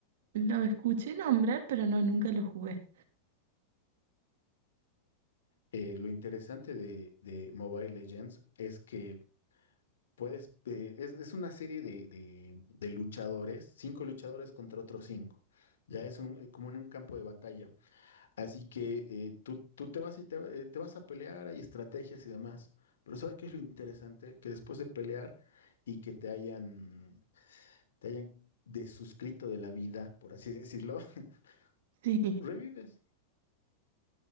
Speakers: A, on the right (about 70°); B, on the left (about 85°).
A: Lo escuché nombrar, pero no, nunca lo jugué.
B: Eh, lo interesante de, de Mobile Legends es que Puedes, eh, es, es una serie de, de- de luchadores, cinco luchadores contra otros cinco. Ya es un, eh, como en un campo de batalla. Así que eh, tú, tú te vas y te, va- eh, te vas a pelear, hay estrategias y demás. Pero ¿sabes qué es lo interesante? Que después de pelear y que te hayan, te hayan desuscrito de la vida, por así decirlo, <laughs>
A: Sí,
B: revives.